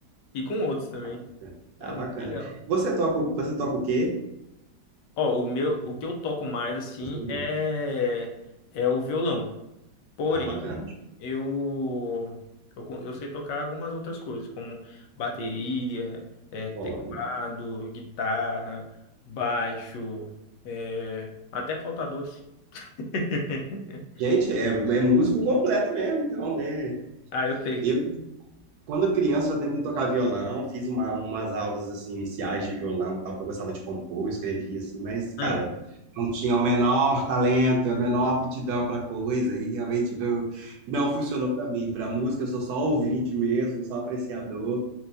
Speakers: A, on the left; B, on the right.
A: e com outros também.
B: Bacana.
A: Ah,
B: Ah,
A: É muito
B: bacana.
A: legal.
B: Você toca, você toca o quê?
A: Ó, o meu, o que eu toco mais assim
B: Eu sou ninguém.
A: é é o violão. Porém,
B: Ah, bacana.
A: eu eu, con- eu sei tocar algumas outras coisas, como bateria, é, teclado,
B: Olha.
A: guitarra, baixo, é, até falta doce. <laughs>
B: Gente, é, é músico completo mesmo, então, né?
A: Ah, eu tento.
B: Eu, Quando criança, eu já tentei tocar violão, fiz uma, umas aulas assim, iniciais de violão e tal, porque eu gostava de compor, eu escrevia assim, mas, cara,
A: Hum,
B: não tinha o menor talento, a menor aptidão para coisa, e realmente não, não funcionou para mim. Para música, eu sou só ouvinte mesmo, só apreciador.